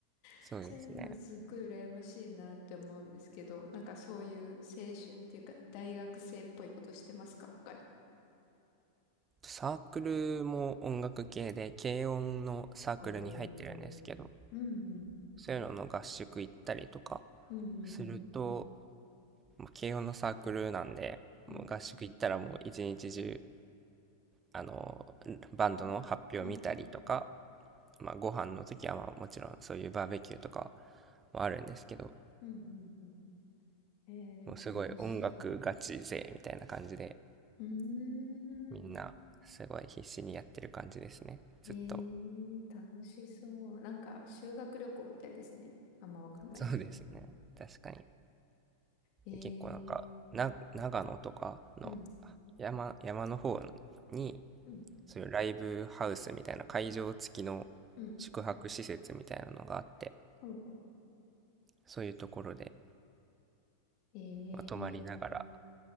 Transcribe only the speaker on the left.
<laughs> そういうのすっごい羨ましいなって思うんですけど、なんかそういう青春っていうか、大学生っぽいことしてますか、他に。
おーうんうん。
うんうん
うん。
あうん。
うん。うん。うん。
えー、楽しそう。うーん。
えー、楽しそう。なんか、修学旅行みたいですね。あんまわかんないけど。
えー、
うん。
うん。
うん。ほうほう。
え
ー、